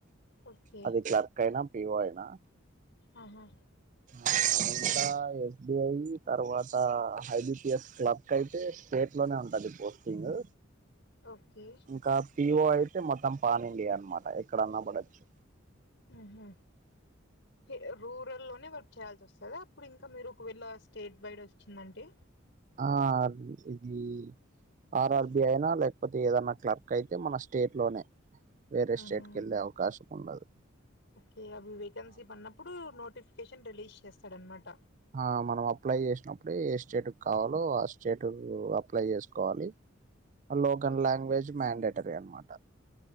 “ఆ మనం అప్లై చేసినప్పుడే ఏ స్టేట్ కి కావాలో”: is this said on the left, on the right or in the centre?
Right